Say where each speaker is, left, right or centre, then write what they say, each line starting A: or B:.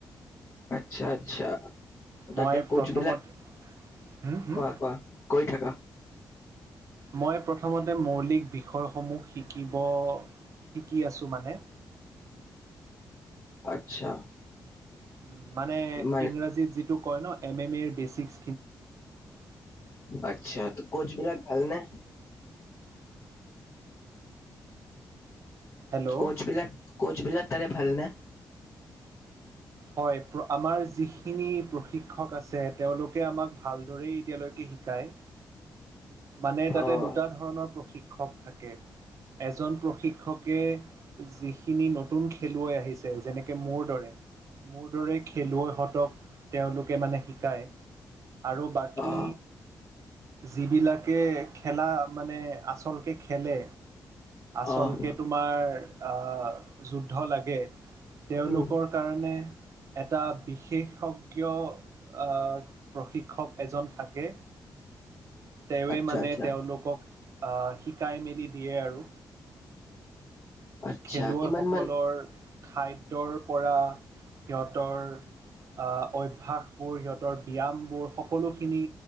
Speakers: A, on the left (about 35°); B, on the right (about 45°).
A: আচ্ছা আচ্ছা তাতে
B: মই
A: কোচ
B: প্ৰথমত
A: বিলাক
B: হুম হুম
A: কোৱা কোৱা কৈ থাকা
B: মই প্ৰথমতে মৌলিক বিষয়সমূহ শিকিব শিকি আছোঁ মানে।
A: <inaudible> আচ্ছা।
B: উম, মানে
A: মানে
B: ইংৰাজীত যিটো কয় ন এম এম এৰ বেচিকচ
A: আচ্ছা ত 'কোচ বিলাক ভালনে?
B: হেল্ল'
A: কোচ বিলাক কোচ বিলাক তাৰে ভালনে?
B: হয়, আমাৰ যিখিনি প্ৰশিক্ষক আছে তেওঁলোকে আমাক ভালদৰেই এতিয়ালৈকে শিকায় মানে তাতে
A: অ'।
B: দুটা ধৰণৰ প্ৰশিক্ষক থাকে। এজন প্ৰশিক্ষকে যিখিনি নতুন খেলুৱৈ আহিছে যেনেকে মোৰ দৰে মোৰ দৰে খেলুৱৈ হঁতক তেওঁলোকে মানে শিকায়। আৰু বাকী
A: অ',
B: যিবিলাকে খেলা মানে আছ আচলকে খেলে আচলকে
A: অ'।
B: তোমাৰ আ, যুদ্ধ লাগে তেওঁলোকৰ
A: উম।
B: কাৰণে এটা বিশেষজ্ঞ আ, প্ৰশিক্ষক এজন থাকে। তেওঁৱে
A: আচ্ছা,
B: মানে
A: আচ্ছা,
B: তেওঁলোকক আ, শিকাই মেলি দিয়ে আৰু।
A: আচ্ছা
B: খেলুৱৈসকলৰ
A: কিমান মান
B: খাদ্যৰ পৰা সিহঁতৰ আ, ঐ ভাসবোৰ সিহঁতৰ ব্যায়ামবোৰ সকলোখিনি